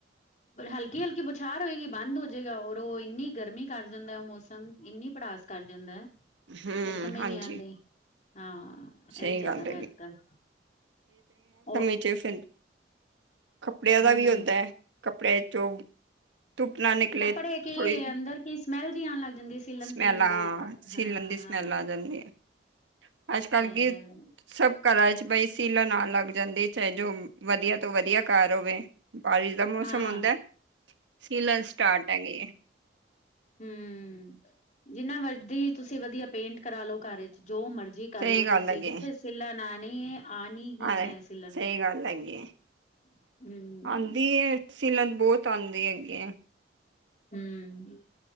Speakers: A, on the left; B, on the right.
A: ਹਲਕੀ-ਹਲਕੀ ਬੁਛਾਰ ਹੋਏਗੀ, ਬੰਦ ਹੋ ਜਾਏਗਾ ਔਰ ਉਹ ਇੰਨੀ ਗਰਮੀ ਕਰ ਜਾਂਦਾ ਉਹ ਮੌਸਮ, ਇੰਨੀ ਪੜਾਸ ਕਰ ਜਾਂਦਾ ਫੇਰ
B: ਹਮ
A: ਸਮਝ
B: ਹਾਂਜੀ
A: ਨੀ ਆਣ ਢਈ ਹਾਂ‌।
B: ਸਹੀ
A: ਇਹੀ ਚੱਲਦਾ
B: ਗੱਲ
A: ਪਿਆ
B: ਹੈਗੀ
A: ਅੱਜ-ਕੱਲ। ਉਹ
B: ਦੇ ਬਿਨ, ਕੱਪੜਿਆਂ
A: ਹਮ
B: ਦਾ ਵੀ ਹੁੰਦਾ ਐ, ਕੱਪੜੇ ਚੋਂ <unintelligible>
A: ਕੱਪੜੇ ਕੀ,
B: ਥੋੜ੍ਹੀ
A: ਅੰਦਰ ਕੀ, ਸਮੈਲ ਜਿਹੀ ਆਣ ਲੱਗ ਜਾਂਦੀ ਸਿਲਣ
B: ਸਮੈਲ
A: ਸਿਲਣ
B: ਆ
A: ਦੀ
B: ਸੀਲਣ
A: ਹਾਂ
B: ਦੀ ਸਮੈਲ ਆ ਜਾਂਦੀ ਹੈ ਅੱਜ ਕੱਲ੍ਹ
A: ਸਹੀ
B: ਕੀ
A: ਗੱਲ ਹੈ
B: ਸਭ ਘਰਾ ਚ ਬਈ ਸੀਲਨ ਨਾਲ ਲੱਗ ਜਾਂਦੀਏ, ਚਾਹੇ ਜੋ ਵਧੀਆ ਤੋਂ ਵਧੀਆ ਘਾਰ ਹੋਵੇ, ਬਾ ਦਾ ਮੌਸਮ
A: ਹਾਂ
B: ਹੁੰਦਾ, ਸੀਲਨ ਸਟਾਰਟ ਹੈਗੇ ਏ
A: ਹਮ, ਜਿੰਨਾ ਮਰਜ਼ੀ ਤੁਸੀ ਵਧੀਆ ਪੇਂਟ ਕਰਾ ਲਓ, ਘਰ ਚ ਜੋ ਮਰਜ਼ੀ ਕਰਲੋ
B: ਸਹੀ ਗੱਲ
A: ਤੁਸੀਂ
B: ਹੈਗੀ
A: ਜਿੱਥੇ
B: ਹੈ
A: ਸਿੱਲਨ ਆਨੀ ਏ ਆਣੀ ਹੀ
B: ਹਾਂ,
A: ਹੈ ਸਿਲਨ
B: ਸਹੀ ਗੱਲ ਹੈਗੀ ਆ
A: ਹੂੰ,
B: ਆਂਦੀ ਏ ਸੀਲਨ ਬਹੁਤ ਆਂਦੀ ਹੈਗੀ ਏ
A: ਹਮ,